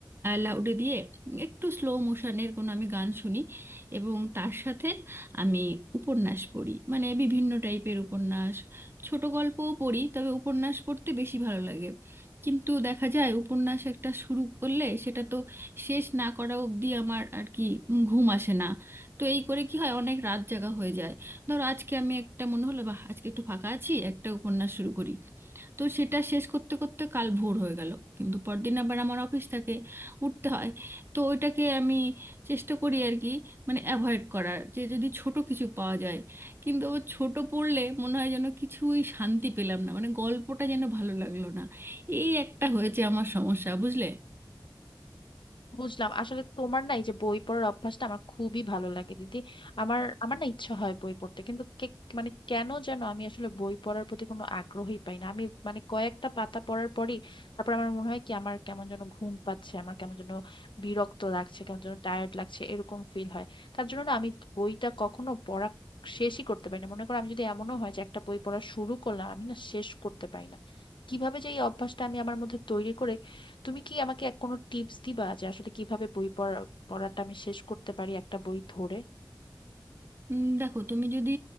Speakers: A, on the right (about 30°); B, on the left (about 85°).
A: লাউডে দিয়ে একটু স্লো মোশনের কোনো আমি গান শুনি এবং তার সাথে আমি উপন্যাস পড়ি মানে বিভিন্ন টাইপের উপন্যাস ছোট গল্পও পড়ি তবে উপন্যাস পড়তে বেশি ভালো লাগে কিন্তু দেখা যায় উপন্যাস একটা শুরু করলে সেটা তো শেষ না করা অবধি আমার আর কি উম ঘুম আসে না তো এই করে কি হয় অনেক রাত জাগা হয়ে যায় ধরো আজকে আমি একটা মনে হলো বা আজকে একটু ফাঁকা আছি একটা উপন্যাস শুরু করি তো সেটা শেষ করতে করতে কাল ভোর হয়ে গেল কিন্তু পরদিন আবার আমার অফিস থাকে উঠতে হয় তো ওইটাকে আমি চেষ্টা করি আর কি মানে অ্যাভয়েড করার যে যদি ছোট কিছু পাওয়া যায় কিন্তু ও ছোট পড়লে মনে হয় যেন কিছুই শান্তি পেলাম না মানে গল্পটা যেন ভালো লাগলো না এই একটা হয়েছে আমার সমস্যা বুঝলে
B: বুঝলাম আসলে তোমার না এই যে বই পড়ার অভ্যাসটা আমার খুবই ভালো লাগে দিদি আমার আমার না ইচ্ছা হয় বই পড়তে কিন্তু কে- মানে কেন যেন আমি আসলে বই পড়ার প্রতি কোনো আগ্রহই পাই না আমি মানে কয়েকটা পাতা পড়ার পরই তারপর আমার মনে হয় কি আমার কেমন যেন ঘুম পাচ্ছে আমার কেমন যেন বিরক্ত লাগছে কেমন যেন টায়ার্ড লাগছে এরকম ফিল হয় তার জন্য না আমি বইটা কখনো পড়া শেষই করতে পারি না মনে করো আমি যদি এমনও হয় যে একটা বই পড়া শুরু করলাম আমি না শেষ করতে পারি না কিভাবে যে এই অভ্যাসটা আমি আমার মধ্যে তৈরি করে তুমি কি আমাকে এক কোনো টিপস দিবা যে আসলে কিভাবে বই পড়া পড়াটা আমি শেষ করতে পারি একটা বই ধরে
A: উম, দেখো তুমি যদি